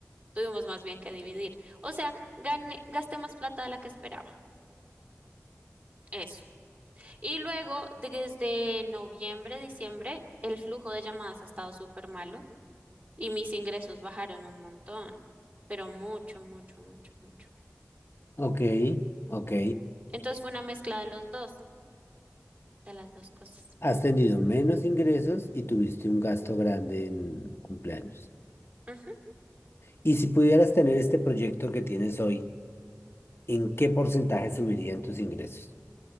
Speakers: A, on the right; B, on the left.
A: tuvimos más bien que dividir. O sea, gané, gasté más plata de la que esperaba. Eso. Y luego, desde noviembre, diciembre, el flujo de llamadas ha estado súper malo y mis ingresos bajaron un montón, pero mucho, mucho, mucho, mucho.
B: Ok, ok.
A: Entonces fue una mezcla de los dos, de las dos cosas.
B: Has tenido menos ingresos y tuviste un gasto grande en cumpleaños.
A: Ujú.
B: Y si pudieras tener este proyecto que tienes hoy, ¿en qué porcentaje subirían tus ingresos?